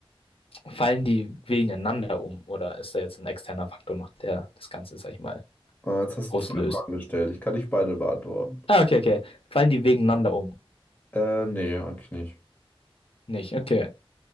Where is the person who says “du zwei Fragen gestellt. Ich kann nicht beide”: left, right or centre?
Left